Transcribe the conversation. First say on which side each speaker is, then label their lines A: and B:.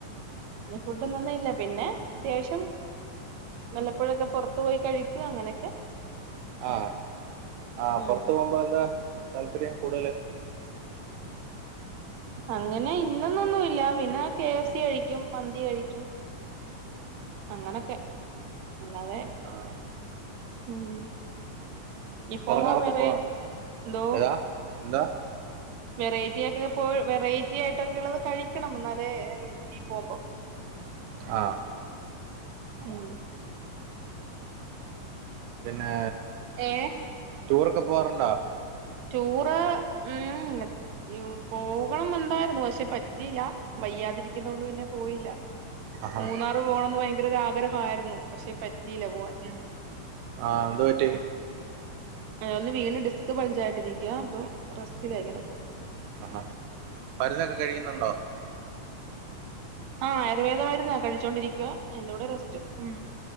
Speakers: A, on the right; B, on the right.
A: ഇല്ല. ഫുഡ് ഇന്നൊന്നും ഇല്ല, പിന്നെ അത്യാവശ്യം വല്ലപ്പോഴൊക്കെ പുറത്ത് പോയി കഴിക്കും അങ്ങനെയൊക്കെ
B: ആഹ് ആ
A: ഉം
B: പുറത്ത് പോകുമ്പോ എന്താ താല്പര്യം കൂടുതല്.
A: അങ്ങനെ ഇന്നന്നൊന്നുല്ല പിന്നെ കെ എഫ് സി കഴിക്കും മന്തി കഴിക്കും. അങ്ങനൊക്കെ
B: ആ
A: അല്ലാതെ
B: ആ
A: ഉം ഇപ്പമോ
B: ഒറങ്ങാരൊക്കെ
A: വെറൈ
B: പോവ ഴാ
A: എന്തോ
B: ഏതാ എന്താ
A: വെറൈറ്റി ഒക്കെ പോ വെറൈറ്റി ആയിട്ടൊക്കെ ഉള്ളത് കഴിക്കണം എന്നാലേ ഇനി പോകുമ്പോം <inaudible>
B: ആഹ്
A: ഉം
B: പിന്നെ
A: ഏ
B: ടൂറൊക്കെ പോവാറുണ്ടോ?
A: ടൂർ ഉം എ പോകണന്നുണ്ടായിരുന്നു പക്ഷെ പറ്റിയില്ല വയ്യാതിരിക്കുന്നത് കൊണ്ട് പിന്നെ പോയില്ല.
B: ആഹാ
A: മൂന്നാറ് പോകണന്ന് ഭയങ്കരാഗ്രഹമായിരുന്നു പക്ഷെ പറ്റിയില്ല പോവാൻ ഉം
B: ആഹ് എന്ത് പറ്റി
A: ആഹ് ഒന്ന് വീണ് ഡിസ്ക് പഞ്ച ആയിട്ടിരിക്ക അപ്പൊ റസ്റ്റില എങ്ങനെ പോകുന്നു
B: ആഹ് ആഹ് മരുന്നോക്കെ കഴിയുന്നുണ്ടോ?
A: ആഹ് ആഹ് ആയുർവേദമരുന്ന് കഴിച്ചോണ്ടിരിക്കുവാ അതിന്റെ കൂടെ റെസ്റ്റ് ഉം